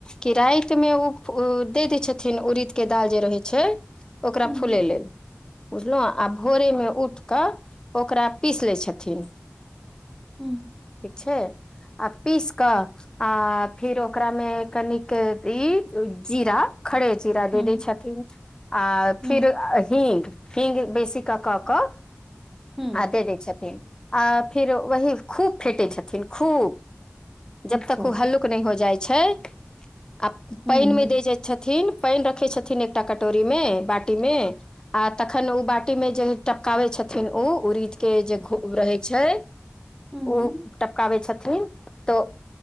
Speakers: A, on the left (about 20°); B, in the centre.
A: कि राइत में ओ दे दै छथिन उड़द केँ दाल जे रहै छै ओकरा
B: हूँ
A: फुले लेल बुझलु आब भोरे में उठ कऽ ओकरा पीस लै छथिन
B: <unintelligible>
A: ठीक छै आ पीस कऽ आ फिर ओकरा में कनिक ई जीरा खड़े जीरा
B: हूँ
A: दे दै छथिन आ
B: हूँ
A: फिर हिंग हिंग बेसी कऽ कऽ कऽ
B: हूँ
A: आ दे दै छथिन आ फिर वही खूब फेटै छथिन खूब जब
B: अच्छा
A: तक ओ हल्लुक नै हो जाइ छै आ
B: हूँ
A: पाइन
B: हूँ
A: में दे जय छथिन पाइन रखै छथिन एकटा कटोरी में बाटी में आ तखन उ बाटी में जे टपकावे छथिन ओ उड़ीद केँ जे घो रहै छै
B: हूँ हूँ
A: ओ टपकाबै छथिन तऽ